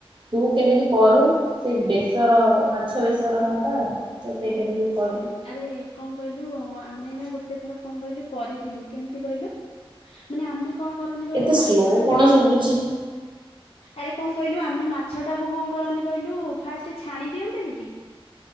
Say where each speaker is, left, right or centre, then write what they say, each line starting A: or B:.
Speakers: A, on the right; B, on the left.
A: ତୁ କେମିତି କରୁ? ସେଇ ବେସର ମାଛ ବେସର ଟା ତ ସେଇଟା ଟିକେ କହିଲୁ?
B: ଆରେ କଣ କହିଲୁ, ଆମେ ନା ଗୋଟେ ଥର କଣ କହିଲୁ କରିଥିଲୁ। କେମି ତି, କହିଲୁ? ମାନେ ଆମେ କଣ କରନ୍ତି କହିଲୁ,
A: ଏତେ ସ୍ଲୋ
B: ମାଛଟା
A: କଣ
B: କୁ
A: ଶୁଭୁଛି
B: ଆରେ କଣ କହିଲୁ, ଆମେ ମାଛଟାକୁ କଣ କରନ୍ତି କହିଲୁ? ଫାଷ୍ଟ୍ ଛାଣି ଦିଅନ୍ତନି କି?